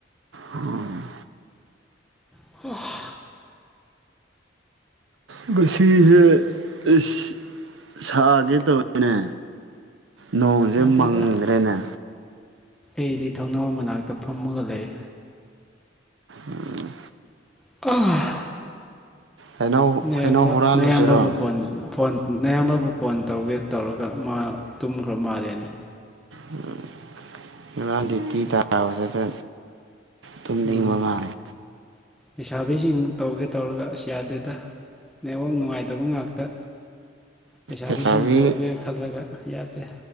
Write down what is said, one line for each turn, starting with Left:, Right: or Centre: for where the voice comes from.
Right: ꯎꯝ
Centre: <unintelligible>
Right: ꯉꯁꯤꯖꯦ ꯑꯩꯁ ꯁꯥꯗꯦꯗ ꯇꯧꯋꯦꯅꯦ ꯅꯣꯡꯖꯦ
Centre: ꯆꯥꯗꯦꯗ
Right: ꯃꯪꯒ꯭ꯔꯦꯅꯦ
Centre: ꯑꯩꯗꯤ ꯊꯧꯅꯥꯎ ꯃꯅꯥꯛꯇ ꯐꯝꯃꯒ ꯂꯩꯌꯦ
Right: ꯎꯝ
Centre: <unintelligible>
Right: ꯍꯩꯅꯧ
Centre: ꯅꯌꯥꯝꯕ
Right: ꯍꯩꯅꯧ ꯍꯨꯔꯥꯜꯂꯨꯁꯤꯔꯣ
Centre: ꯅꯌꯥꯝꯕꯕꯨ ꯐꯣꯟ ꯐꯣꯟ ꯅꯌꯥꯝꯕꯕꯨ ꯐꯣꯟ ꯇꯧꯒꯦ ꯇꯧꯔꯒ ꯃꯥ ꯇꯨꯝꯈ꯭ꯔ ꯃꯥꯜꯂꯦꯅꯦ
Right: ꯎꯝ ꯉꯔꯥꯡ ꯗ꯭ꯌꯨꯇꯤ ꯇꯥꯕꯗꯗ ꯇꯨꯝꯅꯤꯡꯕ
Centre: ꯎꯝ
Right: ꯃꯥꯜꯂꯦ
Centre: ꯂꯩꯁꯥꯕꯤꯁꯤꯡ ꯇꯧꯒꯦ ꯇꯧꯔꯒ ꯑꯁ ꯌꯥꯗꯦꯗ ꯅꯦꯠꯋꯥꯛ ꯅꯨꯡꯉꯥꯏꯇꯕ ꯉꯥꯛꯇ ꯂꯩꯁꯥꯕꯤꯁꯤꯡꯕꯨ
Right: ꯂꯩꯁꯥꯕꯤ
Centre: ꯇꯧꯒꯦ ꯈꯜꯂꯒ ꯌꯥꯗꯦ